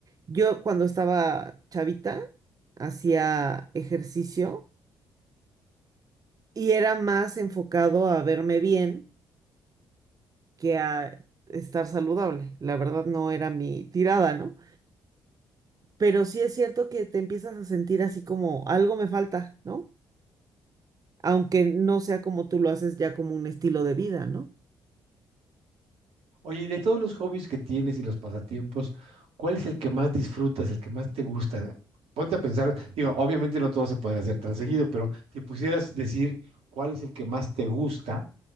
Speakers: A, on the right; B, on the right.
A: Yo cuando estaba chavita hacía ejercicio y era más enfocado a verme bien que a estar saludable. La verdad no era mi tirada, ¿no? Pero sí es cierto que te empiezas a sentir así como algo me falta, ¿no? aunque no sea como tú lo haces ya como un estilo de vida, ¿no?
B: Oye, y de todos los hobbies que tienes y los pasatiempos, ¿cuál es el que más disfrutas, el que más te gusta? Ponte a pensar, digo, obviamente no todos se pueden hacer tan seguido, pero si pudieras decir cuál es el que más te gusta,